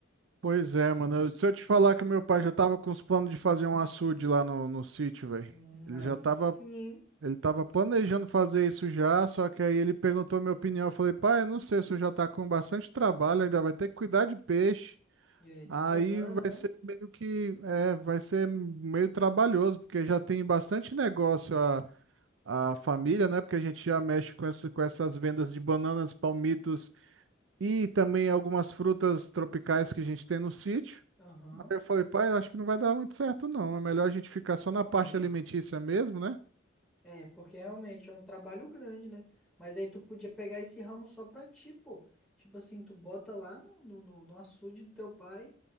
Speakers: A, on the right; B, in the centre.
A: Pois é, mano. Eu- Se eu te falar que meu pai já tava com os planos de fazer um açude lá no, no sítio, velho.
B: Hum,
A: Ele
B: aí
A: já tava
B: sim, hein?
A: Ele estava planejando fazer isso já, só que aí ele perguntou minha opinião. Eu falei, pai, eu não sei, se eu já está com bastante trabalho, ainda vai ter que cuidar de peixe.
B: É, de
A: Aí
B: banana,
A: vai
B: né?
A: ser meio que, é, vai ser meio trabalhoso, porque já tem bastante negócio a, a família, né? Porque a gente já mexe com, esse, com essas vendas de bananas, palmitos e também algumas frutas tropicais que a gente tem no sítio.
B: Aham.
A: Aí eu falei, pai, eu acho que não vai dar muito certo, não. É melhor a gente ficar só na parte
B: É.
A: alimentícia mesmo, né?
B: É, porque realmente é um trabalho grande, né? Mas aí tu podia pegar esse ramo só pra ti, pô. Tipo assim, tu bota lá no, no, no no açude do teu pai